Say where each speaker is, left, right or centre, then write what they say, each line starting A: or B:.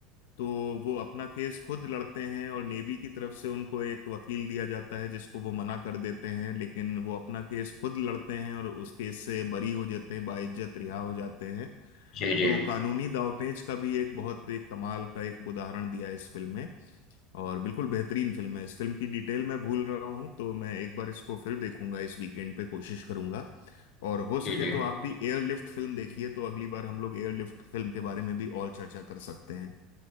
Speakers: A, on the left; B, on the left.
A: तो वो अपना केस खुद लड़ते हैं और नेवी की तरफ से उनको एक वकील दिया जाता है जिसको वो मना कर देते हैं लेकिन वो अपना केस खुद लड़ते हैं और उस केस से बरी हो जाते हैं बाइज्जत रिहा हो जाते हैं
B: जी जी
A: तो कानूनी दांवपेच का भी एक बहुत एक कमाल का एक उदाहरण दिया है इस फिल्म में और बिल्कुल बेहतरीन फिल्म है इस फिल्म की डिटेल मैं भूल रहा हूँ तो मैं एक बार इसको फिर देखूंगा इस वीकेंड पे कोशिश करूंगा और हो सके
B: जी जी
A: तो आप भी एयरलिफ्ट फिल्म देखिए तो अगली बार हम लोग एयरलिफ्ट फिल्म के बारे में भी और चर्चा कर सकते हैं